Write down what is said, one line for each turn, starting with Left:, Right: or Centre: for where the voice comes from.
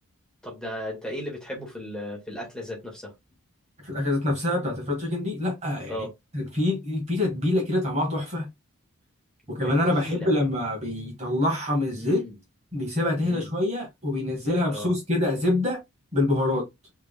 Centre: طب ده انت ايه اللي بتحبه في ال- في الاكله ذات نفسها
Right: في الاكلات ذات نفسها بتاعت الفرايد تشيكن دي لا يعني
Centre: اه
Right: في في تتبيله كده طعمها تحفه
Centre: التتبيله
Right: وكمان انا بحب لما بيطلعها من الزيت
Centre: امم
Right: بيسيبها تهدى
Centre: امم
Right: شويه وبينزلها في
Centre: اه
Right: صوص كده زبده بالبهارات